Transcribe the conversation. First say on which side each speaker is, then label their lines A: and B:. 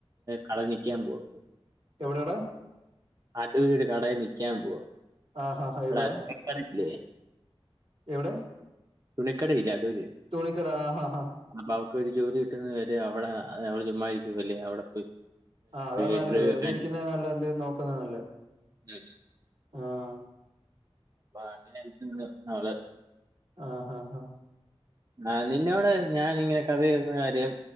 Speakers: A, on the right; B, on the right.
A: കളനിക്കാൻ പോവാ
B: എവിടെയണാണ്
A: അടുര് ഒരു കടയിൽ നിക്കാൻ പോവാ
B: ആഹ് ആഹ്
A: ഇവിടെല്ലേ
B: എവിടെ എവിടെ
A: തുണക്കട ഇല്ല അടൂരി
B: തുണി കട ആ ആ ഹാ
A: അപ്പൊ അവക്ക് ഒരു ജോലി കിട്ടുന്ന വരെ അവിടെ അവടെ ചുമ്മാരിക്കുവ അല്ലേ അവിടെ പോയി
B: ആ അതാ നല്ലത്
A: ഇന്റർവ്യൂ
B: വെറുതെ
A: ഒക്കെ
B: ഇരിക്കുന്നതിനേക്കാളും എന്തെങ്കിലും നോക്കുന്നതാണ് നല്ലത്
A: അ
B: ആഹ്
A: അപ്പ അങ്ങന നള്
B: ആഹ
A: ആ നിന്നോടെ ഞാനിങ്ങനെ കഥ ചെയുന്ന കാര്യം